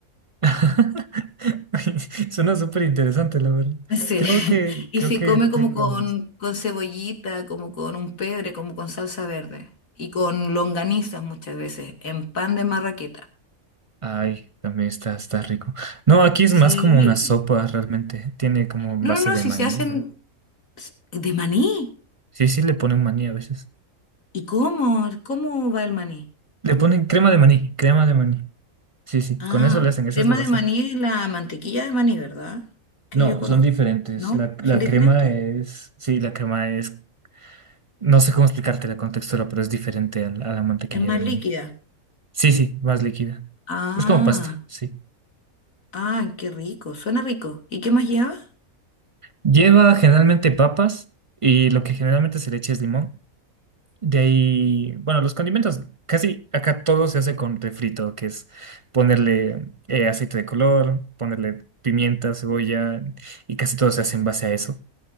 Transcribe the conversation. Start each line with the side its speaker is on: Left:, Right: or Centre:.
Right: <laughs> Suena súper interesante, la verdad.
Left: Sí,
Right: Creo
Left: <laughs>
Right: que,
Left: y
Right: creo
Left: se
Right: que
Left: come
Right: tengo
Left: como con,
Right: ganas.
Left: con cebollita, como con un pebre, como con salsa verde y con longanizas muchas veces, en pan de marraqueta.
Right: Ay, también está, está rico. No, aquí es más
Left: Sí.
Right: como una sopa realmente. Tiene como
Left: No,
Right: base
Left: no, no,
Right: de
Left: si
Right: maní.
Left: se hacen s- de maní.
Right: Sí, sí, le ponen maní a veces.
Left: ¿Y cómo? ¿Cómo va el maní?
Right: Le ponen crema de maní, crema de maní. Sí, sí,
Left: Ah,
Right: con eso le hacen, esa
Left: crema
Right: es la base.
Left: de maní es la mantequilla de maní, ¿verdad? Que
Right: No,
Left: yo conozco,
Right: son diferentes.
Left: ¿no?
Right: La,
Left: Son
Right: la
Left: diferentes.
Right: crema es, sí, la crema es, no sé cómo explicarte la contextura, pero es diferente a la, a la mantequilla
Left: Es más
Right: de maní.
Left: líquida.
Right: Sí, sí, más líquida.
Left: Ah,
Right: Es como pasta, sí.
Left: ah, qué rico, suena rico. ¿Y qué más lleva?
Right: Lleva generalmente papas y lo que generalmente se le echa es limón. De ahí, bueno, los condimentos, casi acá todo se hace con refrito, que es ponerle eh, aceite de color, ponerle pimienta, cebolla, y casi todo se hace en base a eso.